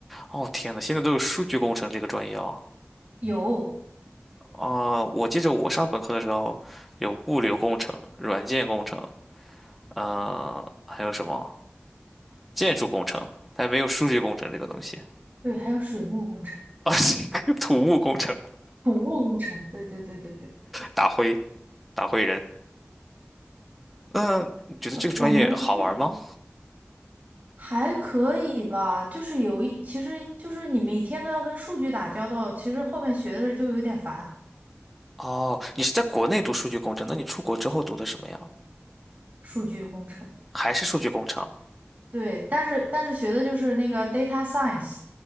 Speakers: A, in the centre; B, on the right.
A: 哦，天呐，现在都有数据工程这个专业哦。
B: 有，
A: 啊、我记着我上本科的时候有物流工程、软件工程，呃，还有什么建筑工程，但没有数据工程这个东西。
B: 对，还有水木工程、
A: 啊，<laughs> 土木工程，
B: 土木工程，对对对对对，
A: 打灰打灰人。那你觉得这个专业好玩吗？
B: 呃我们这还可以吧，就是有一，其实就是你每天都要跟数据打交道，其实后面学的就有点烦，
A: 哦，你是在国内读数据工程，那你出国之后读的什么呀？
B: 数据工程，
A: 还是数据工程？
B: 对，但是但是学的就是那个 data science，